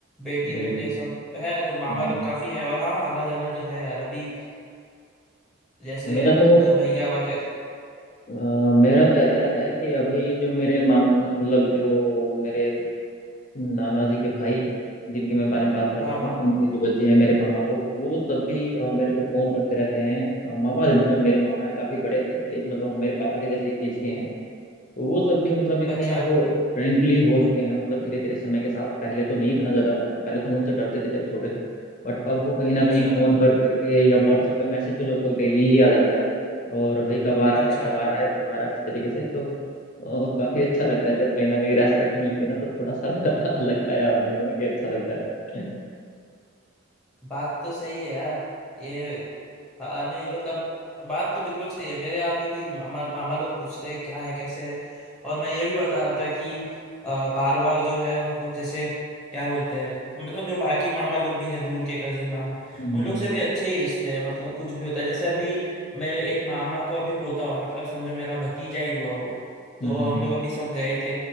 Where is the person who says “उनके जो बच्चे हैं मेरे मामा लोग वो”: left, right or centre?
Left